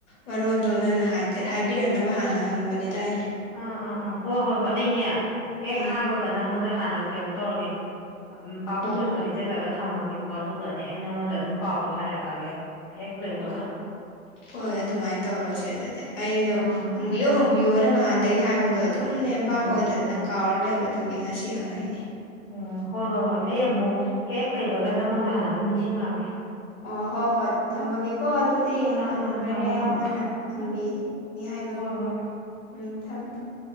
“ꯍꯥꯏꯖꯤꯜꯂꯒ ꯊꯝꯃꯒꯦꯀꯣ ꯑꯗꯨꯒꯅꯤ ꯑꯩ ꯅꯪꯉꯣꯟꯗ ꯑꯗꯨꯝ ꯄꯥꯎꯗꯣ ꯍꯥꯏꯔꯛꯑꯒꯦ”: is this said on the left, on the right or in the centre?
Left